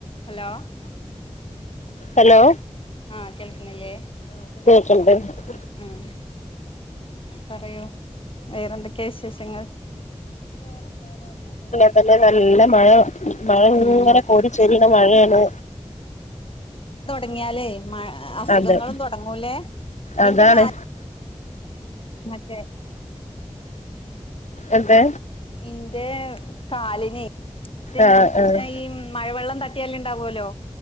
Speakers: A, on the left (about 50°); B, on the left (about 85°).
A: Hello
B: hello
A: ആഹ് കേൾക്കുന്നില്ലേ
B: <unintelligible>
A: ഉം പറയു വേറെ എന്ത്കെയ വിശേഷങ്ങൾ
B: ഇന്നല്ലെ നല്ല മഴ മഴ
A: ഉം
B: ഇങ്ങനെ കോടി ചൊരിയുന്ന മഴയാണ്
A: ങ്ങിയലേ മഅസുഖങ്ങളും
B: അതെ
A: തുടങ്ങൂലേ
B: അതാണ്
A: ഇന്റെ <unintelligible> മറ്റേ
B: എന്ത്?
A: ഇന്റെ കാലിന് പിന്നെം
B: ആഹ് ആഹ്
A: ഈ മഴവെള്ളം ത <unintelligible> ഉണ്ടാവുവല്ലോ